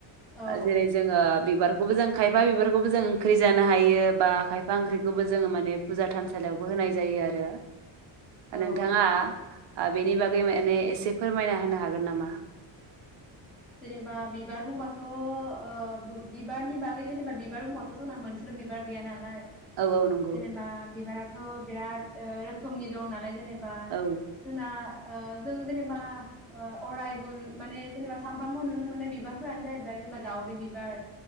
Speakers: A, in the centre; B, on the right (about 55°).
A: औ
B: ओ जेरै जोङो बिबार खौबो जों खायफा बिबारखौबो जों ओंख्रि जानो हायो बा खायफा ओंख्रिखौबो जोङो माने फुजा थानसालियावबो होनाय जायो आरो। ओ नोंथाङा
A: औ
B: आ बेनि बागै माने एसे फोरमायना होनो हागोन नामा?
A: जेनेबा बिबार बुंबाथ' ओ बो बिबारनि बागै जेनेबा बिबार बुंबाथ' जोंना मोनसेल' बिबार गैया नालाय
B: औ औ नंगौ
A: जेनेबा बिबारा थ बिराद ओ रोखोमनि दं नालाय जेने बा
B: औ
A: जोंना ओ जों जेनेबा ओ अरायबुन माने जेनेबा सानफ्रामबो नुनो मोननाय बिबारफोरानो जाहैबाय जेनेबा दाावदै बिबार